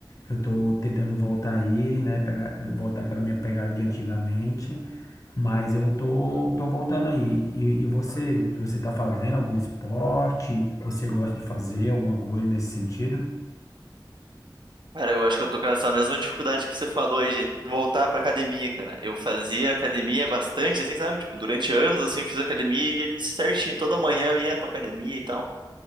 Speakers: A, on the left; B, on the right.
A: eu tô tentando voltar aí, né? Pegar, voltar aquela minha pegada de antigamente. Mas eu tô, tô voltando aí. E, e você, você tá fazendo algum esporte? Você gosta de fazer alguma coisa nesse sentido?
B: Cara, eu acho que eu tô com essa mesma dificuldade que você falou aí de voltar pra academia, cara. Eu fazia academia bastante, assim, sabe? Tipo, durante anos, assim, eu fiz academia e certinho, toda manhã eu ia pra academia e tal.